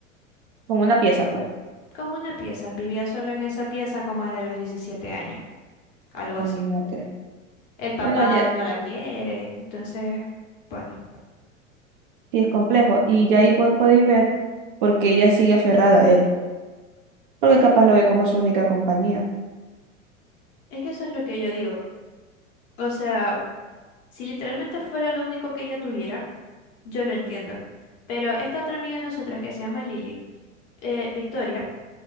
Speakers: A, on the right; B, on the left.
A: como una pieza, pues,
B: como una pieza. Vivía solo en esa pieza como desde los 17 años, algo
A: imagínate.
B: así. El papá
A: Bueno, ya
B: no la quiere, entonces, bueno,
A: sí es complejo. Y ya ahí pues podéis ver porque ella sigue aferrada a él. Porque capaz lo ve como su única compañía.
B: es que eso es lo que yo digo. O sea, si literalmente fuera lo único que ella tuviera, yo lo entiendo. Pero esta otra amiga de nosotras que se llama Lily, eh, Victoria,